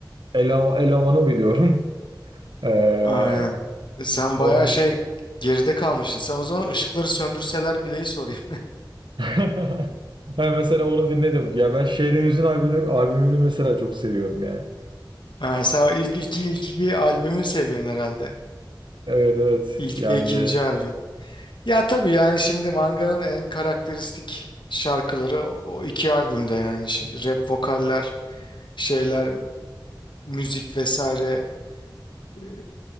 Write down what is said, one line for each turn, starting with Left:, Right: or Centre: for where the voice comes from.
Right: Eleman- elemanı biliyorum. <laughs> Ee,
Left: Aynen. E, Sen
Right: onun
Left: bayağı şey
Right: dış.
Left: geride kalmışsın. Sen o zaman ışıkları söndürseler bile'yi sorayım.
Right: <laughs> Ha, mesela onu dinledim. Ya ben Şehrin Hüzün albümü, albümünü mesela çok seviyorum yani.
Left: <laughs> Aynen. Sen o ilk iki ilk iki albümü seviyorsun herhalde.
Right: Evet evet.
Left: İlk
Right: Yani
Left: ve ikinci albüm. Ya tabii yani şimdi manganın en karakteristik şarkıları o, o iki albümde yani şimdi rap vokaller, şeyler, müzik vesaire e,